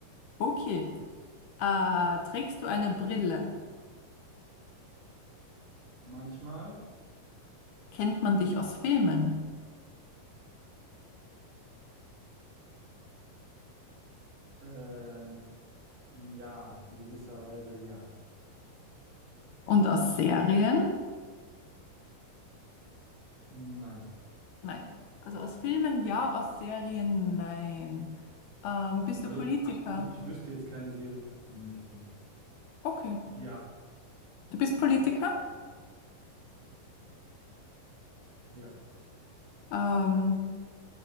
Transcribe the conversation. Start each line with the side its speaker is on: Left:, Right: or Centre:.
Left: Okay. Ah, trägst du eine Brille?
Right: Manchmal,
Left: Kennt man dich aus Filmen?
Right: ähm, ja, in gewisser Weise, ja.
Left: Und aus Serien?
Right: Nein.
Left: Nein. Also aus Filmen ja, aus Serien nein. Ähm, bist
Right: Also
Left: du Politiker?
Right: ich, ich wüsste jetzt keine Serie, von ich bin.
Left: Okay.
Right: Ja,
Left: Du bist Politiker?
Right: ja,
Left: Ähm,